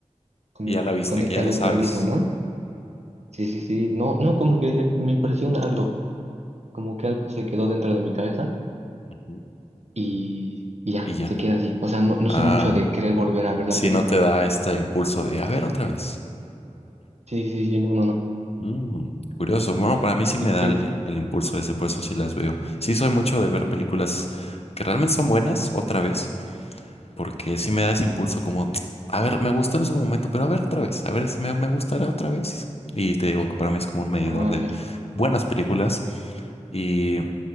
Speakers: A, on the right; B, on the left.
A: como
B: Y ya la
A: que
B: viste,
A: conecta
B: que ya
A: algo
B: le sabes.
A: conmigo, ¿no? Sí, sí, sí, no, no, como que me impresiona algo, como que algo se quedó dentro de mi cabeza
B: Ujú.
A: y, y ya,
B: Y ya.
A: se queda así. O sea, no, no
B: Ah,
A: soy mucho de querer volver a ver la
B: si
A: película.
B: no te da este impulso de, a ver, otra vez.
A: Sí, sí, sí, no, no, no.
B: Mm, curioso. Bueno, para mí sí me
A: Y,
B: da
A: y-
B: el, el impulso ese, por eso sí las veo. Sí soy mucho de ver películas que realmente son buenas, otra vez, porque sí me da ese impulso como, "Tsk, a ver, me gustó en su momento, pero a ver otra vez, a ver, es- me, me gustará otra vez. Y te digo que para mí es como un medidor
A: ah,
B: de
A: ya.
B: buenas películas. y